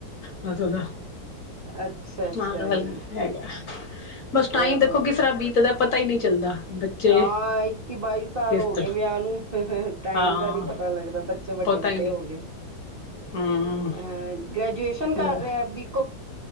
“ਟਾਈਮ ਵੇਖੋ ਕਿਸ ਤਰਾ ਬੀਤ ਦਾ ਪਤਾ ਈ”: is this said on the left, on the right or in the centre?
Left